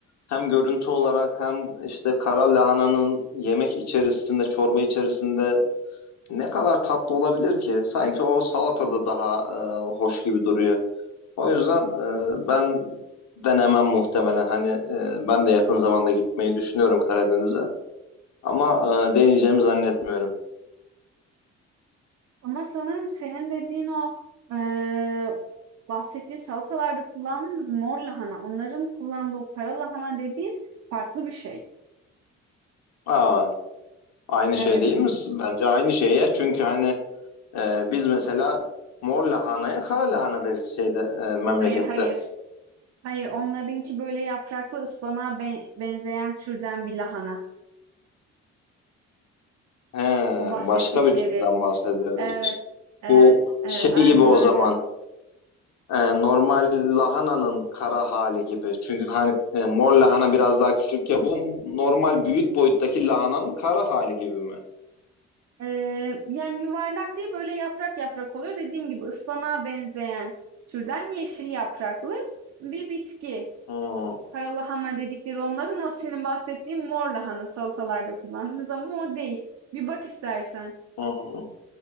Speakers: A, on the left; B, on the right.
A: Hem görüntü olarak hem işte kara lahananın yemek içerisinde, çorba içerisinde ne kadar tatlı olabilir ki? Sanki o salatada daha e, hoş gibi duruyor. O yüzden e, ben denemem muhtemelen. Hani e, ben de yakın zamanda gitmeyi düşünüyorum Karadeniz'e. Ama e, deneyeceğimi zannetmiyorum.
B: Ama sanırım senin dediğin o eee, bahsettiği salatalarda kullandığımız mor lahana, onların kullandığı o kara lahana dediğin farklı bir şey.
A: Aa, aynı
B: Evet.
A: şey değil mi? Bence aynı şey ya. Çünkü hani Ee, biz mesela mor lahanaya kara lahana deriz şeyde e, memlekette.
B: Hayır hayır. Hayır onlarınki böyle yapraklı ıspanağa ben- benzeyen türden bir lahana.
A: He,
B: O bahsettikleri.
A: başka bir türden bahsediyoruz.
B: Evet. Evet.
A: Bu
B: Evet.
A: şey
B: Aynen
A: gibi o
B: öyle.
A: zaman e, normal lahananın kara hali gibi. Çünkü hani e, mor lahana biraz daha küçük ya. Bu normal büyük boyuttaki lahananın kara hali gibi mi?
B: Eee, yani yuvarlak değil böyle yaprak yaprak oluyor. Dediğim gibi ıspanağa benzeyen türden yeşil yapraklı bir bitki.
A: Hmm,
B: Kara lahana dedikleri onların o senin bahsettiğin mor lahana salatalarda kullandığımız ama o değil. Bir bak istersen.
A: hmm.